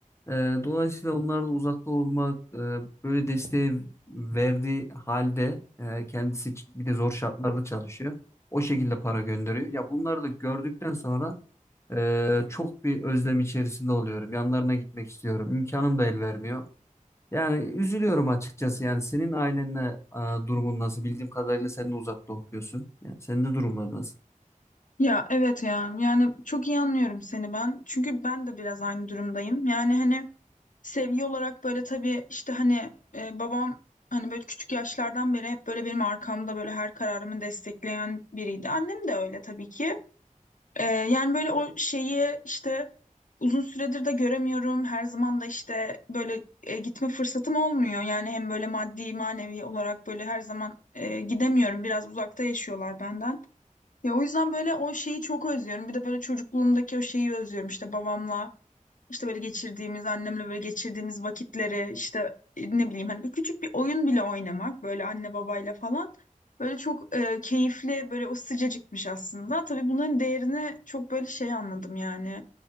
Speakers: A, on the left (about 20°); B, on the left (about 70°).
A: Ee, dolayısıyla onlarla uzakta olmak e, böyle desteği verdiği halde e, kendisi ç- bir de zor şartlarda çalışıyor. O şekilde para gönderiyor. Ya bunları da gördükten sonra e, çok bir özlem içerisinde oluyorum. Yanlarına gitmek istiyorum. İmkanım da el vermiyor. Yani üzülüyorum açıkçası. Yani senin ailenle e, durumun nasıl? Bildiğim kadarıyla sen de uzakta okuyorsun. Yani senin de durumlar nasıl?
B: Ya evet ya yani çok iyi anlıyorum seni ben. Çünkü ben de biraz aynı durumdayım. Yani hani sevgi olarak böyle tabii işte hani e, babam hani böyle küçük yaşlardan beri hep böyle benim arkamda böyle her kararımı destekleyen biriydi. Annem de öyle tabii ki. E, yani böyle o şeyi işte uzun süredir de göremiyorum. Her zaman da işte böyle e, gitme fırsatım olmuyor. Yani hem böyle maddi manevi olarak böyle her zaman e, gidemiyorum. Biraz uzakta yaşıyorlar benden. Ya o yüzden böyle o şeyi çok özlüyorum. Bir de böyle çocukluğumdaki o şeyi özlüyorum. İşte babamla, işte böyle geçirdiğimiz, annemle böyle geçirdiğimiz vakitleri, işte e, ne bileyim hani bir küçük bir oyun bile oynamak böyle anne babayla falan. Böyle çok e, keyifli, böyle o sıcacıkmış aslında. Tabii bunların değerini çok böyle şey anladım yani.